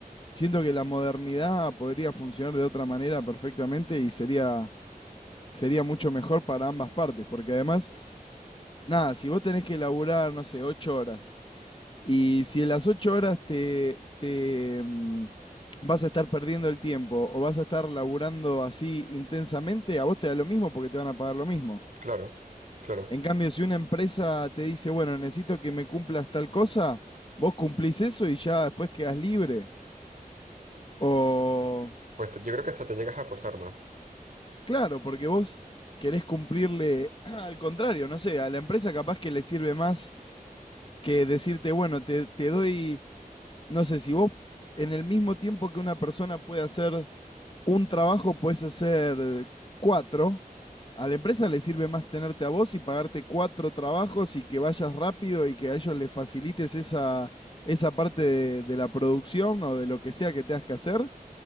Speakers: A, on the left (about 35°); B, on the right (about 60°).
A: siento que la modernidad podría funcionar de otra manera perfectamente y sería, sería mucho mejor para ambas partes, porque además Nada, si vos tenés que laburar, no sé, ocho horas, y si en las ocho horas te, te mm, vas a estar perdiendo el tiempo o vas a estar laburando así intensamente, a vos te da lo mismo porque te van a pagar lo mismo.
B: Claro, claro.
A: En cambio, si una empresa te dice, bueno, necesito que me cumplas tal cosa, vos cumplís eso y ya después quedás libre. O,
B: Pues te- yo creo que hasta te llegas a forzar más.
A: claro, porque vos querés cumplirle <clears throat> al contrario, no sé, a la empresa capaz que le sirve más que decirte, bueno, te, te doy no sé, si vos en el mismo tiempo que una persona puede hacer un trabajo, puedes hacer cuatro. A la empresa le sirve más tenerte a vos y pagarte cuatro trabajos y que vayas rápido y que a ellos les facilites esa, esa parte de, de la producción o de lo que sea que tengas que hacer,